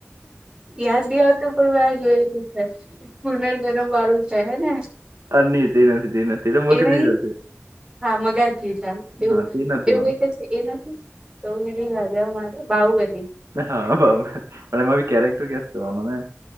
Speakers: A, on the right; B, on the right.
A: યાદની આવતુ પણ મે જોય તો છે પૂનર જનમ બાળું છે હે ને
B: અ ન તે નથી તે નથી એટલે માગતી
A: એ નહી
B: નથી
A: હા મગા થઈ જા એવું
B: હા તે નથી
A: એવું
B: પણ
A: કઇક છે એ નથી તો રાજા મારે બાહુબલી
B: હા બરાબર પણ એમાં બી કેરેક્ટર ગેસ કરવાનો ને